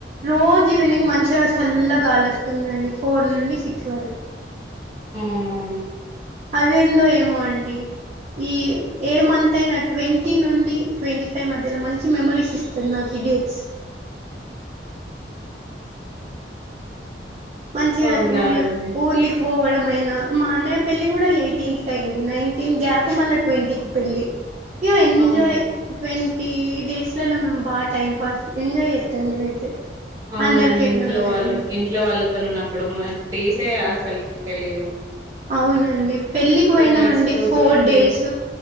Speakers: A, on the right (about 40°); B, on the right (about 20°).
A: రోజు ఈవినింగ్ మంచిగా చల్ల గాలి వస్తుందండి ఫోర్ నుండి సిక్స్ వరకి
B: అవునవును
A: అదేందో ఏమో అండి ఈ ఏ మంత్ అయినా ట్వంటీ నుండి ట్వంటీ ఫైవ్ మధ్యలో మంచి మెమరీస్ ఇస్తంది నాకు ఈ డేట్స్ మంచిగా
B: అవునా
A: ఊర్ల
B: అండి
A: ఊర్లి పోవడమయినా మా అన్నయ్య పెళ్ళి కూడా ఎయిటీన్త్కి అయింది నైన్టీన్త్ గ్యాప్ మళ్ళీ ట్వంటీకి పెళ్ళి య ఎంజాయ్
B: అవును
A: ట్వంటీ డేట్స్లలో మేమ్ బాగా టైం పాస్ ఎంజాయ్ చేత్తా నేనైతే
B: అవునండి
A: అందరికి ఎట్లనో
B: ఇంట్లో వాళ్ళు
A: తెల్వదు
B: ఇంట్లో వాళ్ళతో ఉన్నప్పుడు డేసే అసలకి తెలిదు
A: అవునండి పెళ్ళికి పోయినాంమండి
B: గడిచిపోతూ
A: ఫోర్
B: ఉంటాయి
A: డేస్